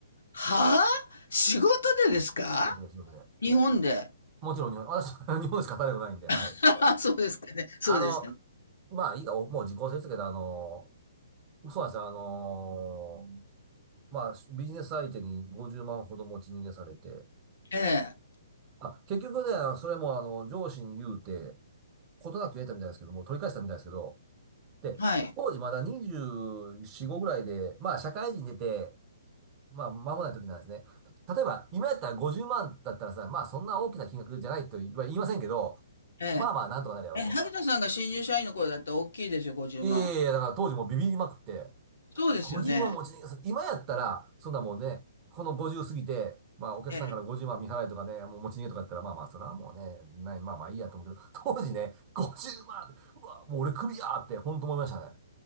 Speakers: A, on the left (about 65°); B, on the right (about 25°).
A: はあ？仕事でですか？
B: 仕事で仕事で。
A: 日本で。
B: もちろん日本、私、<laughs> 日本でしか働いたことないんで、はい。
A: <laughs> そうですかね。そうですね。
B: あの、まあいいか、もう時効ですけど、あの、そうなんですよ。あのーまあ、ビジネス相手に50万ほど持ち逃げされて、
A: ええ、
B: あ、結局ね、それもあの、上司に言うて、ことなく得たみたいですけども、取り返したみたいですけど、で、
A: はい。
B: 当時まだ24、5ぐらいで、まあ、社会人出て、まあ、間もない時なんですね。た例えば、今やったら50万だったらさ、まあ、そんな大きな金額じゃないとは言いませんけど、
A: え
B: まあまあ、なんとかなるやろうと。
A: え。え、萩田さんが新入社員の頃だったら大きいですよ、50万。
B: いやいやいや、だから当時もうビビりまくって、
A: そうですよね。
B: 50万持ち逃げする。今やったら、そんなもんね、この50過ぎて、まあお客さんから50万見払いとかね、
A: ええ、
B: もう持ち逃げとかやったら、まあまあ、それはもうね、ない、まあまあいいやと思うけど、当時ね、50万うまんうわ、もう俺クビやーって、ほんと思いましたね。